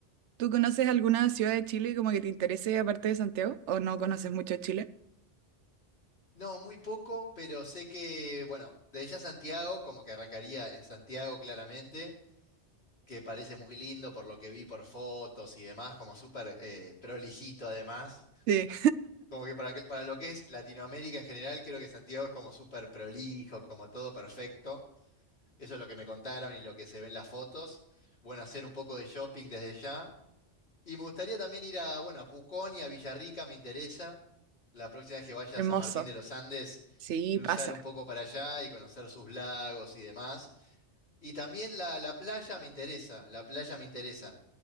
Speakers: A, on the right; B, on the left.
A: ¿Tú conoces alguna ciudad de Chile como que te interese aparte de Santiago? ¿O no conoces mucho de Chile?
B: No, muy poco, pero sé que, bueno, desde ya Santiago, como que arrancaría en Santiago claramente, que parece muy lindo por lo que vi por fotos y demás, como súper eh, prolijito además.
A: Sí.
B: Como que para, que- para lo que es Latinoamérica en general, creo que Santiago es como súper prolijo, como todo perfecto. Eso es lo que me contaron y lo que se ve en las fotos. Bueno, hacer un poco de shopping desde ya. Y me gustaría también ir a, bueno, a Pucón y a Villarrica, me interesa. La próxima vez que vaya
A: Hermoso.
B: a San Martín de los Andes,
A: Sí,
B: cruzar
A: pasa.
B: un poco para allá y conocer sus lagos y demás. Y también la, la playa me interesa, la playa me interesa.